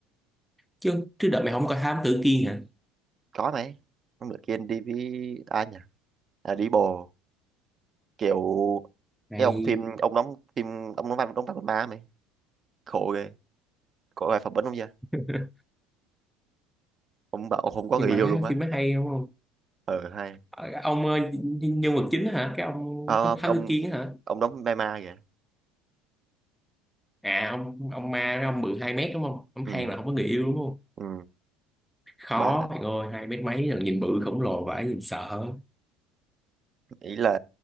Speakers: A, in the centre; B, on the right (about 35°).
A: Chứ, chứ đợt mày không coi Thám Tử Kiên hả?
B: có mấy hôm bữa kia đi với ai nhỉ à đi bồ kiểu
A: Này,
B: cái ông phim ông đóng phim ông đóng vai đóng vai con ma mày khổ ghê có ai phỏng vấn không chưa
A: <laughs>
B: ông bảo ông không có
A: nhưng
B: người
A: mà
B: yêu
A: ha,
B: luôn á
A: phim nó hay đúng không?
B: ừ hay
A: Ờ, Ông ờ, nhân nhân vật chính á hả? Cái ông
B: Ờ,
A: Thám
B: ông
A: Tử Kiên á hả?
B: ông đóng ma ma kìa
A: À, ông ông ma cái ông bự 2 mét đúng không? Ông
B: ừ
A: than là không có người yêu đúng không?
B: ừ
A: Khó,
B: mà
A: bạn ơi, 2 mét mấy là nhìn bự khổng lồ vãi, nhìn sợ.
B: ý là